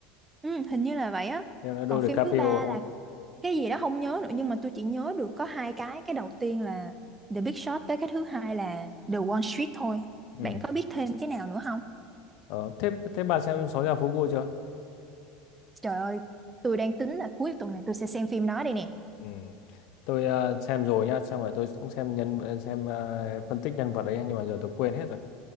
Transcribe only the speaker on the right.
ừ, hình như là vậy á
còn
phim thứ ba
là
cái gì đó không nhớ nữa nhưng mà tôi chỉ nhớ được có hai cái cái đầu tiên là The Big Short với cái thứ hai là The Wall Street thôi
bạn có biết thêm cái nào nữa không
trời ơi tôi đang tính là cuối tuần này tôi sẽ xem phim đó đây nè